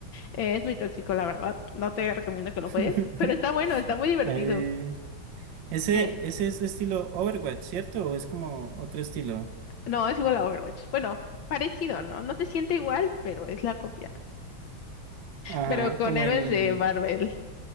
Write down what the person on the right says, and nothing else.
<laughs>
Ahí- Ese,
ese es de estilo Overwatch, ¿cierto? ¿O es como otro estilo?
Ajá,
como
el...